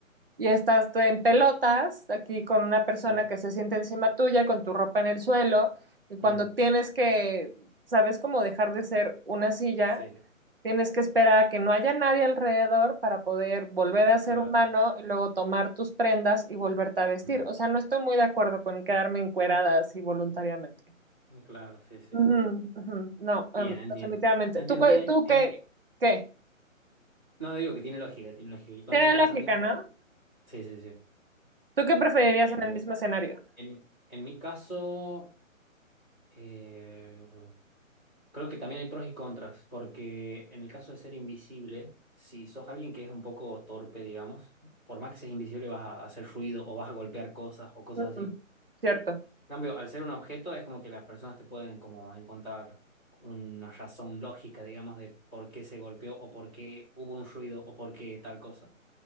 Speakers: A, on the right; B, in the centre.
A: y estás en pelotas aquí con una persona
B: sí.
A: que se siente encima tuya, con tu ropa en el suelo, y cuando
B: Mm,
A: tienes que, sabes cómo dejar de ser una silla,
B: sí,
A: tienes que esperar a que no haya nadie alrededor para poder volver a ser
B: claro.
A: humano y luego tomar tus prendas y volverte a vestir.
B: Mm,
A: O sea, no estoy muy de acuerdo con quedarme encuerada así voluntariamente.
B: claro, sí, sí,
A: Ujú,
B: sí.
A: ujú, No, em,
B: Bien, entiendo.
A: definitivamente.
B: Entiendo,
A: ¿Tú, cu-
B: tiene,
A: tú
B: tiene,
A: qué, qué?
B: no digo que tiene lógica, tiene lógica. Y con
A: Tiene
B: ese pensamiento,
A: lógica, ¿no?
B: sí, sí, sí.
A: ¿Tú qué preferirías en el
B: Eh,
A: mismo escenario?
B: en, en mi caso, eh, creo que también hay pros y contras, porque en el caso de ser invisible, si sos alguien que es un poco torpe, digamos, por más que seas invisible vas a hacer ruido o vas a golpear cosas o cosas
A: Ujú,
B: así.
A: Cierto.
B: En cambio, al ser un objeto es como que las personas te pueden como encontrar una razón lógica, digamos, de por qué se golpeó o por qué hubo un ruido o por qué tal cosa.